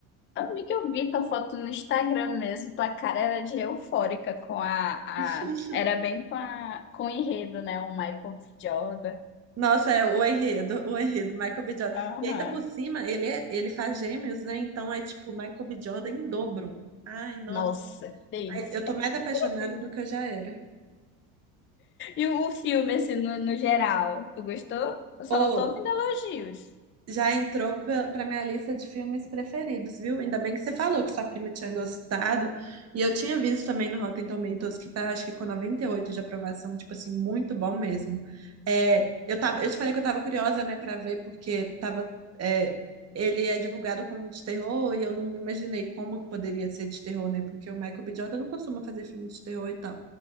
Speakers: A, on the left (about 30°); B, on the right (about 35°).
A: Amiga, eu vi tua foto no Instagram mesmo. Tua cara era de eufórica com a,
B: <laughs>
A: a... Era bem com a... com o enredo, né? O Michael B. Jordan.
B: Nossa, é o enredo, o enredo, Michael B. Jordan.
A: Aham.
B: E ainda por cima, ele, é- ele faz gêmeos, né? Então é tipo Michael B. Jordan em dobro. Ai, nossa.
A: Nossa, que delícia.
B: Ai, eu tô mais apaixonada
A: <laughs>
B: do que eu já era.
A: E o filme, assim, no, no geral, tu gostou? Eu só
B: Ô,
A: tô ouvindo elogios.
B: Já entrou para minha lista de filmes preferidos, viu? Ainda bem que você falou que sua prima tinha gostado. E eu tinha visto também no Rotten Tomatoes que tá, acho que com 98 de aprovação, tipo assim, muito bom mesmo. É, eu tava, eu te falei que eu tava curiosa, né, para ver, porque tava, é, ele é divulgado como de terror e eu não imaginei como que poderia ser de terror, né? Porque o Michael B. Jordan não costuma fazer filme de terror e tal.